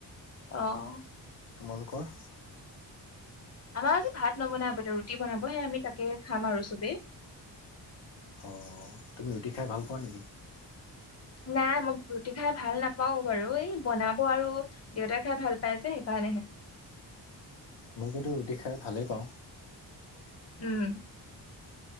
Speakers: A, on the left (about 35°); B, on the left (about 85°).
A: অ'হ! অ'হ!
B: তোমালোকৰ?
A: আমাৰ আজি ভাত নবনাই, ৰুটি বনাব। সেয়ে আমি তাকে খাম আৰু চবেই।
B: অ'! তুমি ৰুটি খাই ভাল পোৱা নেকি?
A: নাই মোক‌, ৰুটি খাই ভাল নাপাওঁ। নাপাও বাৰু এই বনাব আৰু দেউতা খাই ভাল পাই যে সেইকাৰণেহে
B: মই কিন্তু ৰুটি খাই ভালেই পাওঁ।
A: উম